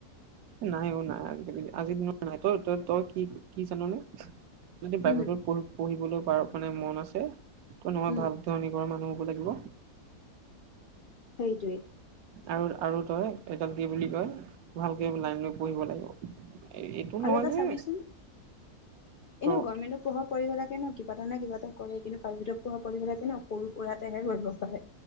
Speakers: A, on the right; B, on the left.
A: নাই অ নাই আজিকালি আজিৰ দিনত নাই তই তই তই কি কি জাননে। যদি প্ৰাইভেট
B: উম
A: পঢ় পঢ়িবলৈ পাৰ মানে মন আছে ত' নহয়
B: উম
A: ভাল ধৰ নি ঘৰৰ মানুহ। লাগিব।
B: সেইটোৱে।
A: আৰু আৰু তই এডাল কি বুলি কয় ভালকে লাইন লৈ পঢ়িব লাগিব। এইটো নহয়
B: আৰু এটা
A: যে
B: চাবিচোন
A: ত
B: এনে গভমেন্টৰ পঢ়া পঢ়িব লাগে ন কিবা এটা নে কিবা এটা। কৰে কিন্তু পাৰৃথক প লাগে ন সৰু সুৰাতেহে কৰিব পাৰে